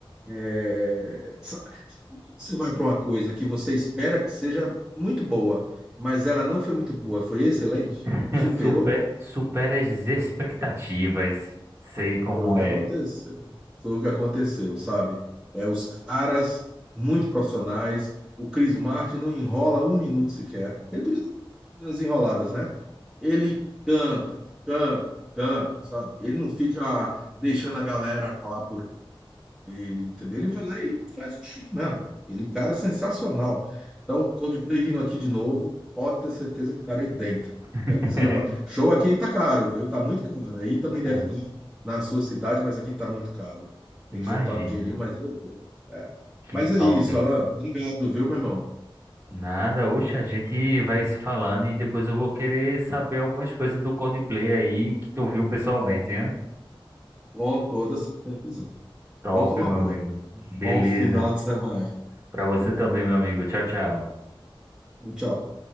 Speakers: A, in the centre; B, on the right.
A: É, sa- sabe quando Você vai para uma coisa que você espera que seja muito boa, mas ela não foi muito boa, foi excelente,
B: <laughs>
A: superou,
B: Super, supera as expectativas. Sei como
A: foi o que
B: é.
A: aconteceu. Foi o que aconteceu, sabe? É, os caras muito profissionais, o Chris Martin não enrola um minuto sequer. Ele podia dar umas enroladas, né? ele canta, canta, canta, sabe? Ele não fica deixando a galera lá por ele, entendeu? Ele vai lá e faz o show mesmo. Ele, cara, é sensacional. Então, Coldplay vindo aqui de novo, pode ter certeza que estarei dentro.
B: <laughs>
A: Mesmo que seja pra... Show aqui tá caro, viu? Tá muito caro. Aí também deve
B: Tá,
A: estar na sua cidade, mas aqui tá muito caro. Tem
B: imagina.
A: que juntar um dinheirinho, mas eu vou. É.
B: Que
A: Mas é isso,
B: top.
A: Alan. Obrigado, viu, meu irmão?
B: Nada, oxe, a gente vai se falando e depois eu vou querer saber algumas coisas do Coldplay aí que tu viu pessoalmente,
A: Com,
B: hein?
A: com toda certeza.
B: Top,
A: Conto numa
B: meu
A: boa.
B: amigo. Beleza.
A: Bom final de semana.
B: Pra você também, meu amigo. Tchau, tchau.
A: Tchau.